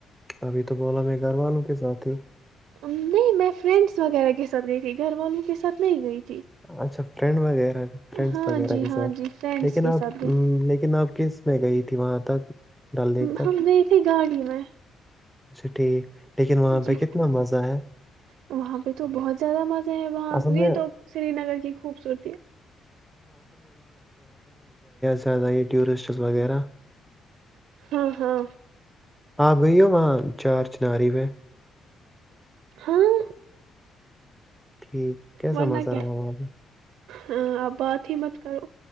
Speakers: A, in the centre; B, on the right.
A: ابھی تو بولا میں گھر والوں کے ساتھ ہی
B: نہیں میں فرینڈس وغیرہ کے ساتھ گئی تھی گھر والوں کے ساتھ نہیں گئی تھی
A: اچھا فرینڈ وغیرہ فرینڈس
B: ہاں
A: وغیرہ
B: جی
A: کے
B: ہاں
A: ساتھ
B: جی فرینڈس
A: لیکن
B: کے
A: آپ
B: ساتھ گئی
A: لیکن آپ کے میں گئی تھی وہاں تک ڈل لیک تک
B: ہم گئے تھے گاڑی میں
A: اچھا ٹھیک لیکن وہاں
B: جی
A: پہ کتنا مزہ ہے
B: وہاں پہ تو بہت زیادہ مزہ ہے وہاں
A: اصل
B: یہ
A: میں
B: تو سری نگر کی خوبصورتی
A: سد ٹورسٹ وغیرہ
B: ہاں ہاں
A: آپ گئی ہو وہاں چار چناری پ
B: ہاں
A: ٹھیک کیسا
B: ورنہ
A: مزہ
B: کیا
A: رہا وہاں پہ
B: ہ اب بات ہی میں کرو